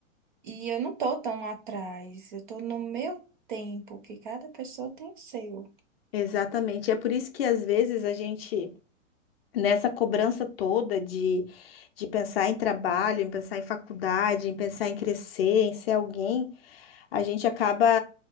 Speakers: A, on the right (about 40°); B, on the left (about 50°).
A: e eu não tô tão atrás, eu tô no meu tempo, que cada pessoa tem o seu.
B: exatamente. É por isso que às vezes a gente nessa cobrança toda de, de pensar em trabalho, em pensar em faculdade, em pensar em crescer, em ser alguém, a gente acaba